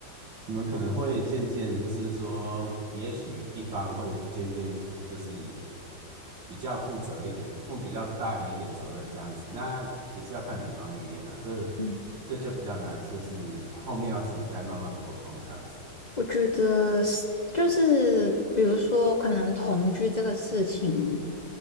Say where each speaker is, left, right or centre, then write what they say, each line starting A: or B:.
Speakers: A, on the right; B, on the left.
A: 你们可能会渐渐就是说，也许一方会渐渐就是比较负责一点，负比较大的一点责任这样子，那也是要看女方意愿啊，这
B: 嗯。
A: 这就比较难，就是后面要自己再慢慢沟通这样子。
B: 我觉得是就是比如说，可能同居这个事情，